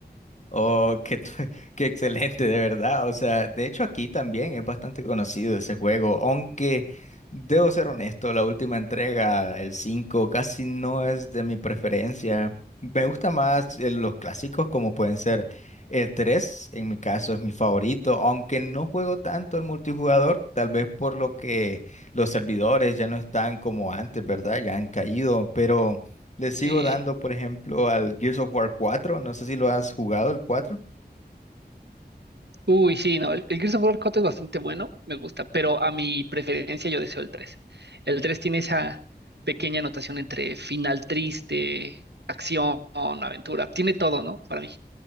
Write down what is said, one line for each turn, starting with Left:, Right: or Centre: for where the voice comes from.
Left: Oh, qué, t- <laughs> qué excelente, de verdad. O sea, de hecho aquí también es bastante conocido ese juego, aunque debo ser honesto, la última entrega, el 5, casi no es de mi preferencia. Me gusta más eh, los clásicos como pueden ser el 3, en mi caso es mi favorito, aunque no juego tanto el multijugador, tal vez por lo que los servidores ya no están como antes, ¿verdad? Ya han caído, pero... Le sigo
Right: Sí.
Left: dando, por ejemplo, al Gears of War 4. No sé si lo has jugado, el 4.
Right: Uy, sí, no, el, el Gears of War 4 es bastante bueno, me gusta, pero a mi preferencia yo deseo el tres El 3 tiene esa pequeña anotación entre final triste, acción, aventura, tiene todo, ¿no? Para mí.